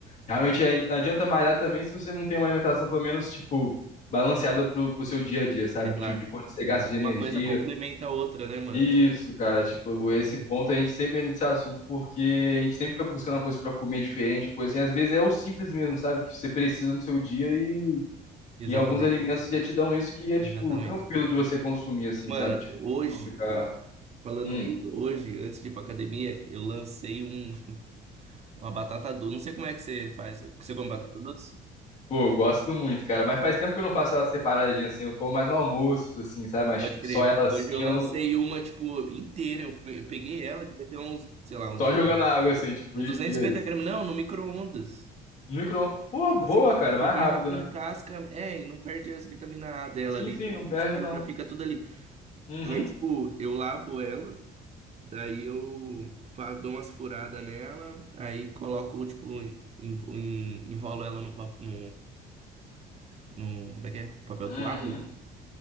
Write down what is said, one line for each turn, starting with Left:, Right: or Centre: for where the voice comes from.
Left: Realmente a- não adianta malhar também se você não tem uma alimentação, pelo menos, tipo, balanceada pro, pro seu dia a dia, sabe?
Right: Exato,
Left: Tipo, de quanto você
Right: exato.
Left: gasta de energia.
Right: Uma coisa complementa a outra, né, mano?
Left: Isso, cara. Tipo,
Right: Exatamente.
Left: esse ponto a gente sempre entra nesse assunto porque a gente sempre fica buscando uma coisa pra comer diferente, uma coisa assim. Às vezes é o simples mesmo, sabe? Que você precisa no seu dia e,
Right: Exatamente,
Left: e alguns alimentos já te dão isso que é,
Right: exatamente.
Left: tipo, tranquilo de você consumir, assim,
Right: Mano,
Left: sabe? Tipo,
Right: hoje,
Left: não ficar.
Right: falando
Left: Hum.
Right: nisso, hoje, antes de ir pra academia, eu lancei um, uma batata doce. Não sei como é que você faz. Você come batata doce?
Left: Pô, eu gosto muito, cara. Mas faz tempo que eu não faço ela separadinha assim. Eu como mais no almoço, assim, sabe? Mas,
Right: Pode
Left: tipo,
Right: crer.
Left: só ela
Right: Hoje
Left: assim,
Right: eu lancei
Left: eu não-
Right: uma, tipo, inteira. Eu, pe- eu peguei ela, devia ter uns, sei lá, uns,
Left: só jogando na água, assim, tipo,
Right: uns
Left: e,
Right: duzentos
Left: e
Right: e cinquenta
Left: é isso.
Right: gramas. Não, no micro-ondas.
Left: Micro. Pô,
Right: Tipo
Left: boa,
Right: assim,
Left: cara.
Right: eu
Left: Mais
Right: peguei
Left: rápido,
Right: ela com
Left: né?
Right: casca. É, e não perde as vitaminas A dela
Left: Sim,
Right: ali
Left: sim,
Right: também.
Left: não perde,
Right: Tipo,
Left: não.
Right: já fica tudo ali.
Left: Uhum.
Right: Aí, tipo, eu lavo ela. Daí eu fa- dou umas furadas nela, aí coloco, tipo, em- em- enrolo ela no, pap- no, no- Como é que é? Papel
Left: Uhum.
Right: toalha?